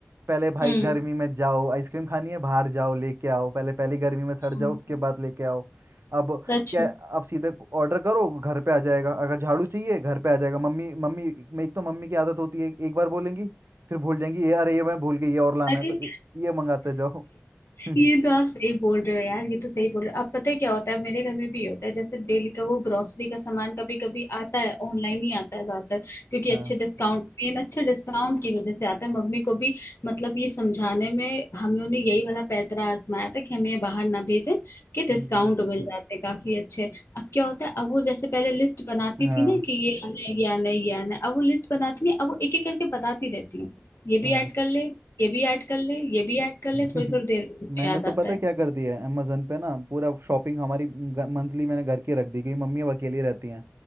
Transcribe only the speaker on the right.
पहले भाई
गर्मी में जाओ आइसक्रीम खानी है बाहर जाओ लेके आओ पहले पहली गर्मी में सड़
जाओ उसके बाद लेके आओ अब
क्या
अब सीधे ऑर्डर करो घर पे आ जाएगा अगर झाड़ू चाहिए घर पे आ जाएगा मम्मी मम्मी मैं एक तो मम्मी की आदत होती है एक बार बोलेंगी फिर भूल जाएंगी ये अरे ये मैं भूल गई ये और लाना
है तो ये ये मंगाते जाओ <laughs>
हाँ
जी
हाँ
हाँ
<laughs>
मैंने
तो पता
है क्या कर दिया है अमेजोन पे ना पूरा शॉपिंग हमारी मंथली मैंने घर की रख दी क्योंकि मम्मी अब अकेली रहती हैं